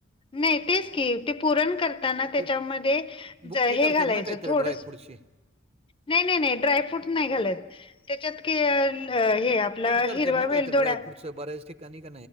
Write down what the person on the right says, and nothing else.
ते बुक्की
करतात
ना काहीतरी
ड्रायफ्रूटची?
पीठ करतात
ना काहीतरी
ड्रायफ्रूटचं बऱ्याच ठिकाणी का